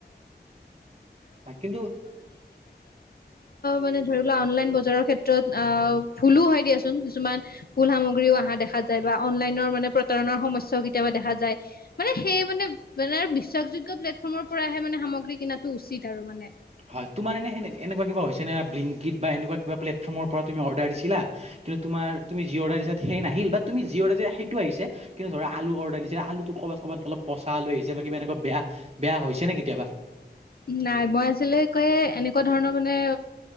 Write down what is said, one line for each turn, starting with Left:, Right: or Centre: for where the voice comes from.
Right: হয় কিন্তু
Left: মানে ধৰি লোৱা, অনলাইন বজাৰৰ ক্ষেত্ৰত আহ, ভুলো হয় দিয়াচোন কিছুমান। ভুল সামগ্ৰীও অহা দেখা যায়, বা অনলাইনৰ মানে, প্ৰতাৰণাৰ সমস্যাও কেতিয়াবা দেখা যায়। মানে সেই মানে, মানে বিশ্বাসযোগ্য প্লেটফৰ্মৰ পৰাহে মানে, সামগ্ৰী কিনটো উচিত আৰু মানে।
Right: হয়, তোমাৰ এনে, সেনে, এনেকুৱা কিবা হৈছে নে বা এটা কিবা প্লেটফৰ পৰা অৰডাৰ দিছা, <unintelligible> অৰডাৰ তুুমি সেইটো আহিছে, কিন্তু ধৰা আলু অৰ্ডাৰ দিছিলা আলুটো ক'বাত ক'বাত অলপ পচা, আলু আহি বা কিবা এনেকুৱা বেয়া বেয়া হৈছে নে কেতিয়াবা?
Left: নাই, মই আজিলৈকে এনেকুৱা ধৰণৰ মানে,